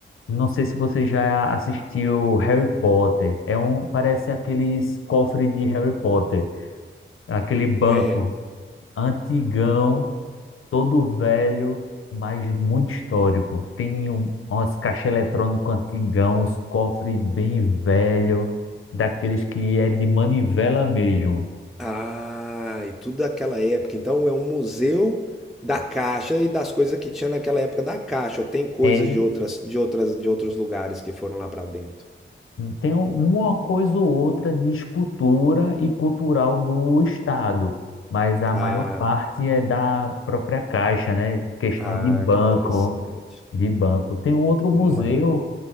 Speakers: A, on the left; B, in the centre.
A: Não sei se você já assistiu Harry Potter. É um, parece aqueles cofres de Harry Potter, aquele banco
B: é. é.
A: antigão, todo velho, mas muito histórico. Tem um, umas caixas eletrônicas antigão, uns cofres bem velho, daqueles que é de manivela mesmo.
B: Ah, e tudo daquela época. Então é um museu da Caixa e das coisas que tinha naquela época da Caixa. Ou tem coisas
A: É
B: de outras, de outras, de outros lugares que foram lá pra dentro.
A: Tem uma coisa ou outra de escultura e cultural do Estado, mas a
B: Ah,
A: maior parte é da própria Caixa, né? Questão
B: ah,
A: de banco,
B: que interessante.
A: de banco. Tem um outro museu
B: Mas,